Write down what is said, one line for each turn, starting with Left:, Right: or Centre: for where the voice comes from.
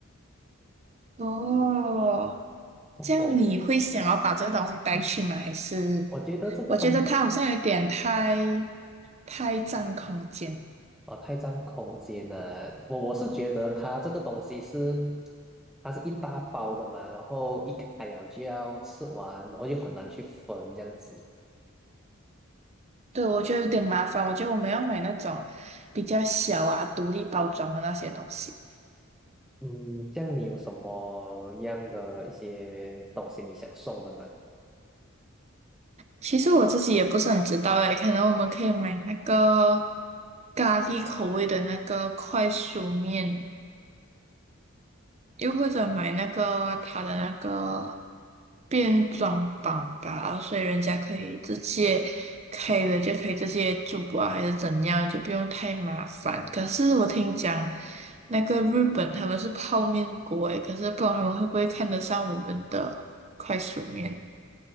Right: 哦，
Centre: <laughs> 我
Right: 这样你会想要把这个东西带去吗？还是
Centre: 我觉得这个东西。
Right: 我觉得它好像有点太太占空间。
Centre: 哦，太占空间了。我我是觉得它这个东西是，它是一大包的嘛，然后一开了就要吃完，然后又很难去分这样子。
Right: 对，我觉得有点麻烦。我觉得我们要买那种比较小啊、独立包装的那些东西。
Centre: 嗯，这样你有什么样的一些东西你想送的吗？
Right: 其实我自己也不是很知道诶，可能我们可以买那个咖喱口味的那个快熟面，又或者买那个它的那个变装版吧，所以人家可以直接开了就可以直接煮啊，还是怎样，就不用太麻烦。可是我听讲，那个日本他们是泡面国诶，可是不知道他们会不会看得上我们的快速面。